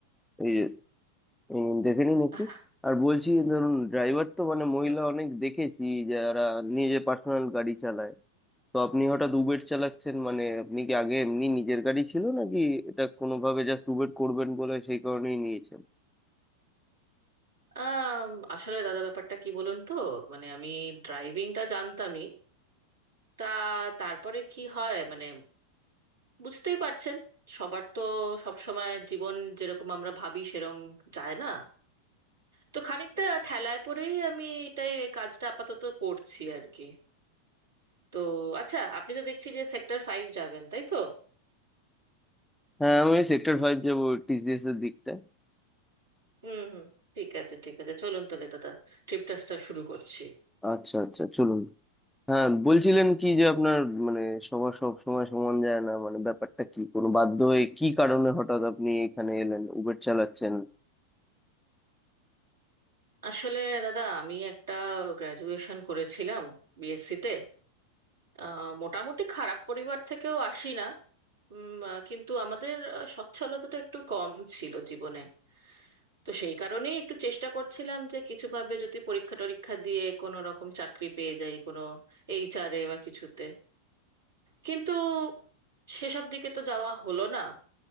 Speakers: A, in the centre; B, on the right.
A: এই যে এই নিন, দেখে নিন একটু
B: হ্যাঁ,
A: আর বলছি ধরুন ড্রাইভার তো মানে মহিলা
B: হুম
A: অনেক দেখেছি যারা নিজে পার্সোনাল গাড়ি চালায় তো আপনি হঠাৎ উবের চালাচ্ছেন মানে আপনি কি আগে এমনি নিজের গাড়ি ছিল নাকি এটা কোনোভাবে জাস্ট উবের করবেন বলে সেই কারণেই নিয়েছেন
B: আম, আসলে দাদা ব্যাপারটা কি বলুন তো মানে আমি ড্রাইভিংটা জানতামই তা তারপরে কি হয় মানে বুঝতেই পারছেন সবার তো সব সময় জীবন যেরকম আমরা ভাবি সেরকম যায় না তো খানিকটা ঠেলায় পরেই আমি এটাই এই কাজটা আপাতত করছি আর কি তো আচ্ছা আপনি তো দেখছি যে সেক্টর ফাইভ যাবেন তাই তো
A: হ্যাঁ আমি সেক্টর ফাইভ যাবো টিসিএস এর দিকটা
B: হুম হুম ঠিক আছে ঠিক আছে চলুন তাহলে দাদা ট্রিপ টাসটা শুরু করছি
A: আচ্ছা আচ্ছা চলুন হ্যাঁ বলছিলেন কি যে আপনার মানে সবার সব সময় সমান যায় না মানে ব্যাপারটা কি কোনো বাধ্য হয়ে কি কারণে হঠাৎ আপনি এখানে এলেন উবের চালাচ্ছেন
B: আসলে দাদা আমি একটা গ্র্যাজুয়েশন করেছিলাম বিএসসি তে আহ, মোটামুটি খারাপ পরিবার থেকেও আসি না উম, আহ, কিন্তু আমাদের আহ, সচ্ছলতাটা একটু কম ছিল জীবনে তো সেই কারণেই একটু চেষ্টা করছিলাম যে কিছুভাবে যদি পরীক্ষা টরীক্ষা দিয়ে কোনো রকম চাকরি পেয়ে যাই কোনো এইচআরে বা কিছুতে কিন্তু সেসব দিকে তো যাওয়া হলো না